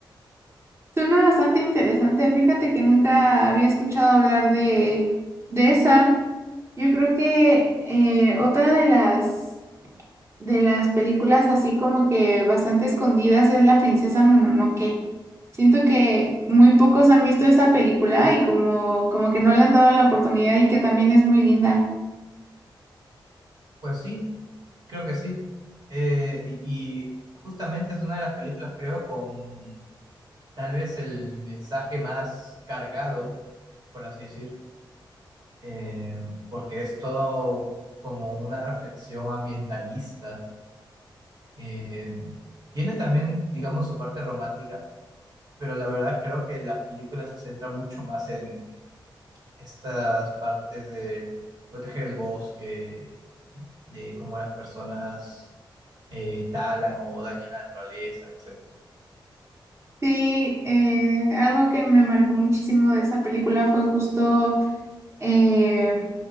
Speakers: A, on the right; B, on the right.
A: Suena bastante interesante. Fíjate que nunca había escuchado hablar de, de esa. Yo creo que eh, otra de las de las películas así como que bastante escondidas es La princesa Mononoke. Siento que muy pocos han visto esa película y como, como que no le han dado la oportunidad y que también es muy linda.
B: Pues sí, creo que sí. Eh, y, y justamente es una de las películas, creo, con tal vez el mensaje más cargado, por así decir, eh, porque es todo como una reflexión ambientalista. Eh, tiene también, digamos, su parte romántica, pero la verdad creo que la película se centra mucho más en estas partes de proteger el bosque, de cómo las personas eh, talan o dañan la naturaleza, etcétera.
A: Sí, eh, algo que me marcó muchísimo de esa película fue justo eh,